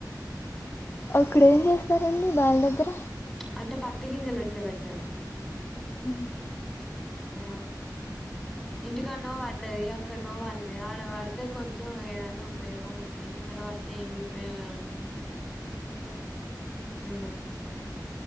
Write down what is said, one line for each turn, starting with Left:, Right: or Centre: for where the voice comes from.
Left: అక్కడ ఏం చేస్తారండి బయారి దగ్గర
Centre: అంటే పత్తి గింజలు విట్లా పెడతారు
Left: హ
Centre: ఆ ఇంటికన్నో పడ్డది ఎక్కనో వళదు ఆడ పడితే కొంచెం ఏదన్నా ఉపయోగం ఉండే ఇంటికన్నా పడితే ఏమి ఉపయోగ అండి
Left: అంటే
Centre: ఆ